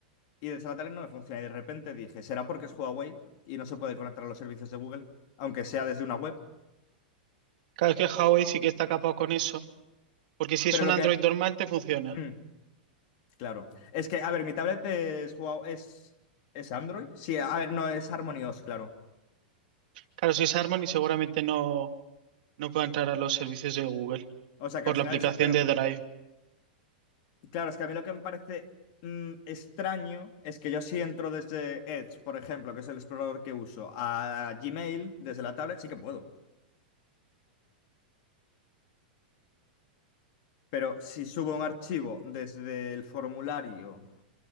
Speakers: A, on the left (about 45°); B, on the right (about 60°).
A: Y el Sabatari no me funciona. Y de repente dije, ¿será porque es Huawei y no se puede conectar a los servicios de Google? Aunque sea desde una web.
B: Claro, es que Huawei sí que está capado con eso, porque si
A: Pero
B: es un
A: lo
B: Android
A: que...
B: normal, te funciona.
A: hmm, claro. Es que, a ver, mi tablet es Huawei... ¿Es, es Android? Sí, a ver, no, es Harmony OS, claro.
B: Claro, si es Harmony, seguramente no. No puedo entrar a los servicios de Google
A: O sea, que
B: por
A: al
B: la
A: final
B: aplicación
A: es... Pero,
B: de Drive.
A: claro, es que a mí lo que me parece mm, extraño es que yo si entro desde Edge, por ejemplo, que es el explorador que uso, a Gmail, desde la tablet sí que puedo. Pero si subo un archivo desde el formulario,